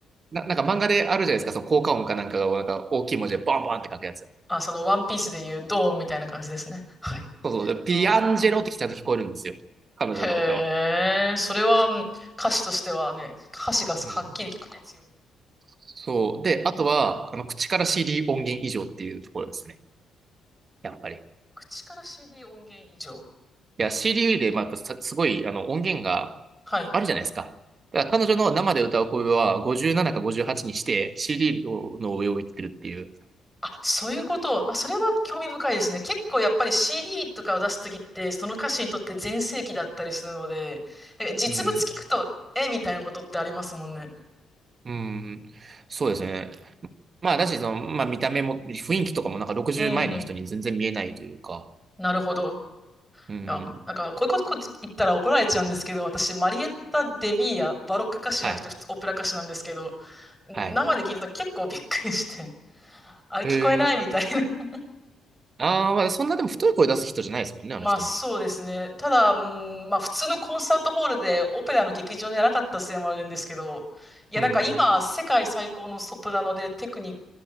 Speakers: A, on the right (about 40°); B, in the centre.
A: な、なんか漫画であるじゃないですか、その効果音かなんかがなんか大きい文字でバンバンって書くやつ。
B: あ、そのワンピースでいうドーンみたいな感じですね。はい。
A: そうそう、ピアンジェローってちゃんと聞こえるんですよ。
B: あー
A: 彼女の歌は。
B: へえ、それはうん歌詞としてはね、歌詞がはっきり聞く必要。
A: うん。そう。で、あとは、あの、口から CD 音源以上っていうところですね。やっぱり。
B: 口から CD 音源以上。
A: いや、CDU で、まあ、さすごい、あの、音源があるじゃないですか。
B: はい。
A: だから彼女の生で歌う声は57か58にして CD の上をいってるっていう。
B: あ、そういうこと。あ、それは興味深いですね。結構やっぱり CD とかを出すときって、その歌手にとって全盛期だったりするので、なんか実物聞くと、
A: うんうん。
B: え、みたいなことってありますもんね。
A: うん。そうですね。まあ、だし、その、まあ、見た目も、雰囲気とかもなんか60前の人に全然見えないというか。
B: うんうん。なるほど。
A: うん。
B: いや、なんか、こういうことこ言ったら怒られちゃうんですけど、私、マリエッタ・デビーヤ、バロック歌手じゃなくて普通オペラ歌手なんですけど、
A: はい。
B: ん生で聞いたと結構びっくりして、
A: はい。
B: あれ聞こえないみたいな。
A: へえ。ああ、まあ、そんなでも太い声出す人じゃないですもんね、
B: まあそうですね。
A: あの人も。
B: ただ、うん、まあ普通のコンサートホールでオペラの劇場じゃなかったせいもあるんですけど、いやなんか今世界最高のソプラノでテクニッ
A: うん。